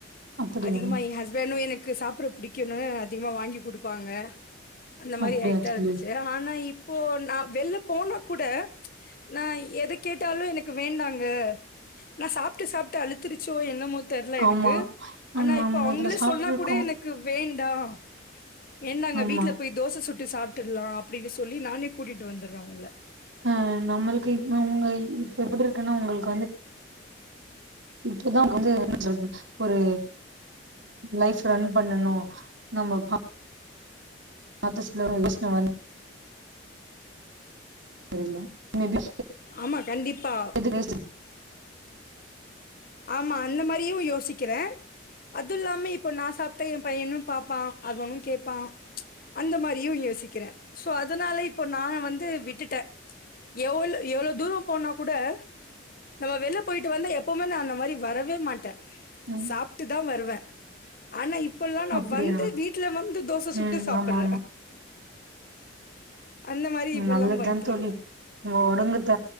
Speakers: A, on the right; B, on the left.
A: அப்படியா
B: அதிகமா என் ஹஸ்பண்டும் எனக்கு சாப்பட புடிக்கும்னு அதிகமா வாங்கி குடுப்பாங்க அந்த மாறி
A: அப்படியா
B: ஆயிட்டு தா
A: தோழி
B: இருந்துச்சு ஆனா இப்போ நா வெள்ல போனா கூட நா எத கேட்டாலும் எனக்கு வேண்டாங்க நா சாப்ட்டு சாப்ட்டு அழுத்திருச்சோ என்னமோ தெர்ல எனக்கு
A: ஆமா நம்ம
B: ஆனா இப்ப
A: மொதல்ல
B: அவுங்களே
A: சாப்ட்ருக்கோ
B: சொன்னா கூட எனக் கு வேண்டாம் வேண்டாங்க
A: ஆமா
B: வீட்ல போய் தோச சுட்டு சாப்டுடலாம் அப்டின்னு சொல்லி நானே கூட்டிட்டு வந்துடுறேன் அவுங்கள
A: அ நம்மளுக்கு இப்ப உங்க இப்ப எப்டி இருக்குன்னா உங்களுக்கு வந்து இப்பதா வந்து என்ன சொல்றது ஒரு லைஃப் ரன் பண்ணணும் நம்ம பா <unintelligible> தெரில மேபி
B: ஆமா கண்டிப்பா
A: எது பேஸ்ட்டு
B: ஆமா அந்த மாரியு யோசிக்கிறே அதுல்லாம இப்போ நா சாப்ட்டா எ பையனு பாப்பா அதுவோணு கேப்பா அந்த மாரியு யோசிக்கிறே சோ அதுனால இப்போ நா வந்து விட்டுட்ட எவ்ளோ எவ்ளோ தூரோ போனா கூட நம்ம வெள்ல போயிட்டு வந்த எப்போ ம்ம நா அந்த மாரி வரவே மாட்ட
A: ம்
B: சாப்ட்டு தா வருவே ஆனா இப்பல்லா நா
A: அப்படியா
B: வந்து வீட்ல வந்து தோச சுட்டு
A: ம்
B: சாப்புற
A: ஆமா ஆமா
B: அந்த மாரி
A: ம்
B: இப்பல்லாம்
A: நல்லத்தா
B: பண்ணிட்டு
A: தோழி
B: இருக்கேன்.
A: நம் உடம்புத்த